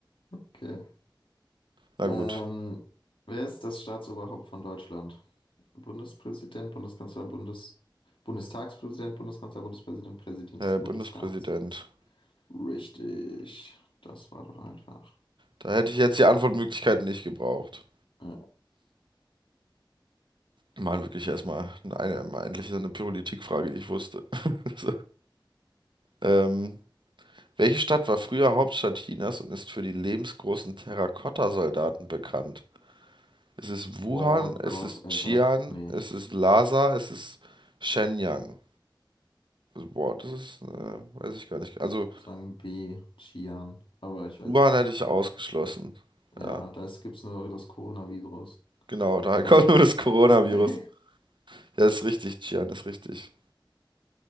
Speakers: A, on the left (about 85°); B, on the right (about 70°).
A: Okay.
B: Na
A: Ähm,
B: gut.
A: wer ist das Staatsoberhaupt von Deutschland? Bundespräsident, Bundeskanzler, Bundes Bundestagspräsident, Bundeskanzler, Bundespräsident, Präsident
B: Herr
A: des Bundesrats.
B: Bundespräsident.
A: Richtig. Das war doch einfach.
B: Da hätte ich jetzt die Antwortmöglichkeiten nicht gebraucht.
A: Äh,
B: Mann, wirklich erstmal eine, eine, endlich so eine Politikfrage, die ich wusste. <laughs> So. Ähm. Welche Stadt war früher Hauptstadt Chinas und ist für die lebensgroßen Terrakotta-Soldaten bekannt? Es Ist Wuhan,
A: Oh
B: es
A: Gott,
B: ist
A: Alter.
B: Xi'an,
A: Nee,
B: es ist Ist es Ist Shenyang? Boah, das ist, äh, weiß ich gar nicht. Also
A: ich würde sagen B, Xi'an. Aber ich weiß
B: Wuhan
A: es
B: hätte
A: nicht.
B: ich ausgeschlossen.
A: Ja,
B: Ja,
A: da gibt es nur das Coronavirus.
B: genau, <laughs> daher
A: Äh.
B: kommt nur das Coronavirus.
A: <laughs>
B: Ja, ist richtig, Xi'an ist richtig.